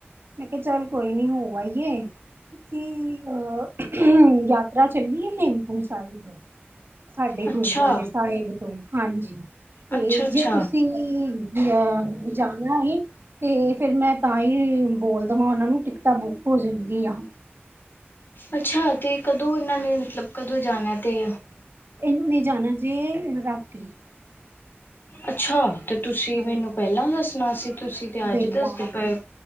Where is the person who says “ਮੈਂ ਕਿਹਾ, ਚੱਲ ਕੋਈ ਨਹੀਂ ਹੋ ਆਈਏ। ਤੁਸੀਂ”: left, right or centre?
Right